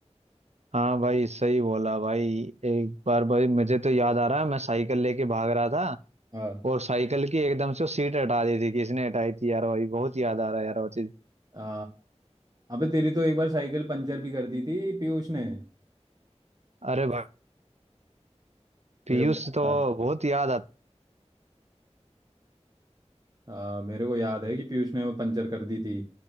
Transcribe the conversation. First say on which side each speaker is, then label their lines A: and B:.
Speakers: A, on the right; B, on the right.
A: हाँ भाई सही बोला भाई एक बार भाई मुझे तो याद आ रहा है मैं साइकिल लेके भाग रहा था
B: हाँ
A: और साइकिल की एकदम से वो सीट हटा दी थी किसने हटाई थी यार भाई बहुत याद आ रहा है यार वो चीज
B: आ, अबे तेरी तो एक बार साइकिल पंचर भी कर दी थी पीयूष ने
A: अरे भाई
B: मेरे
A: पीयूष
B: को
A: तो
B: याद
A: बहुत याद आता
B: है। आ, मेरे को याद है कि पीयूष ने वो पंचर कर दी थी